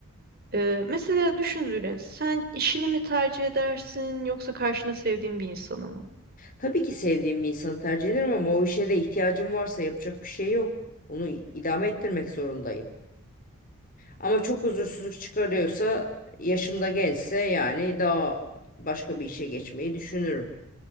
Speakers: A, on the right; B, on the left.
A: Ee, mesela düşün Züre, sen işini mi tercih edersin yoksa karşında sevdiğin bir insanı mı?
B: Tabii ki sevdiğim bir insanı tercih ederim ama o işe de ihtiyacım varsa yapacak bir şey yok. Onu idame ettirmek zorundayım. Ama çok huzursuzluk çıkarıyorsa, yaşımda gençse yani daha başka bir işe geçmeyi düşünürüm